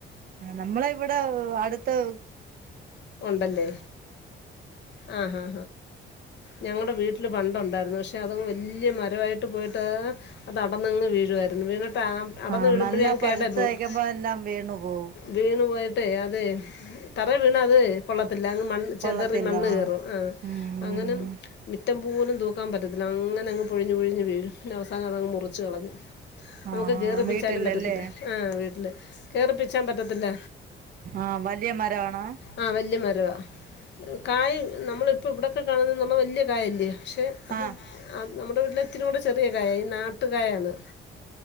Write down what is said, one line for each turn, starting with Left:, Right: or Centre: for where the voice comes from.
Right: നമ്മളെവിടെ അടുതെ
Left: ഉണ്ടല്ലേ ആ ആ ആ ഞങ്ങടെ വീ വീട്ടിൽ പണ്ട് ഉണ്ടായിര്നു പശേ അത് വല്യ മരായിട് പോയിട്ട് അത് അടന്ന്ങ്ങനെ വീഴായിരുന്നു അടർന്നു
Right: ആഹ്
Left: വീഴുമ്പോൾ
Right: നല്ല പഴുത്തയക്കുമ്പോ
Left: കേടു പോകും
Right: എല്ലാം വീണു പോവും
Left: വീണുപോയിട്ട് അതെ തറ വീണ് അത് കൊള തില്ല മണ്ണ് ചിതറിമണ്ണ്
Right: കൊള്ളത്തില്ല
Left: കേറും
Right: ആഹ്
Left: ആ
Right: ഉം
Left: അങ്ങനെ മിറ്റം പോലും തൂക്കാൻ പറ്റതില്ല അങ്ങനെങ്ങ് പൊഴിഞ്ഞ് പൊഴിഞ്ഞ് വീഴും അവസാനത് മുറിച്ച് കളഞ്ഞു നമുക്ക്
Right: ആഹാ
Left: കീറിപ്പിച്ചാനും
Right: വീട്ടിലല്ലേ
Left: പറ്റത്തില്ല ആ വീട്ടില് കേറിപ്പിച്ചാൻ പറ്റത്തില്ല
Right: ആവലിയ മരാണോ
Left: ആ വല്യ മരുവാ കായ് നമ്മളിപം ഇവിടൊകെ കാണുന്ന വല്യ കായില്യേ ശെ അത്
Right: ആഹ്
Left: ആ നമ്മടെ വീടിലെതിനോട് ചെറിയ കായാ ഈ നാട്ട് കായേണ്